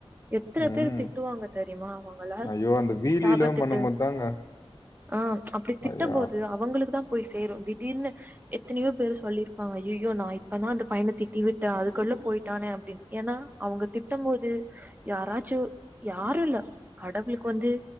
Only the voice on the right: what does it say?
எத்தன
பேர் திட்டுவாங்க தெரியுமா அவங்களா
சாபாத்திட்டு
அ அப்பிடி திட்ட
போது அவங்களுக்கு தா போய் சேரு திடீர்ன்னு எத்தனையோ பேரு சொல்லிருப்பாங்க அய்யயோ நா இப்பதா அந்த பையன திட்டிவிட்டே அது கொள்ள போயிட்டானே அப்டின்னு ஏன்னா அவங்க திட்டும் போது யாராச்சு யாருல்ல கடவுளுக்கு வந்து